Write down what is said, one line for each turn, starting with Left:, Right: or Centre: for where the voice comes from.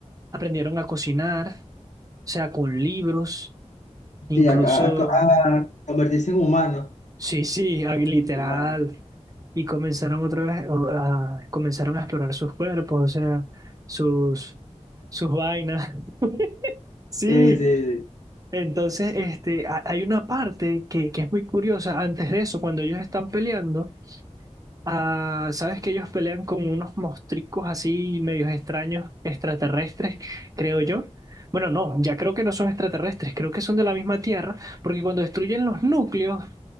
Right: aprendieron a cocinar, o sea, con libros, incluso,
Left: Sí, a, a- a- a convertirse en humano.
Right: sí, sí, ah, literal.
Left: Humano.
Right: Y comenzaron otra vez, o, a- comenzaron a explorar sus cuerpos, o sea, sus, sus vainas. <laughs> Sí,
Left: Sí, sí, sí.
Right: Entonces, este, ha- hay una parte que, que es muy curiosa. Antes de eso, cuando ellos están peleando, ah, sabes que ellos pelean con unos mostricos así medios extraños, extraterrestres, creo yo. Bueno, no, ya creo que no son extraterrestres, creo que son de la misma Tierra, porque cuando destruyen los núcleos,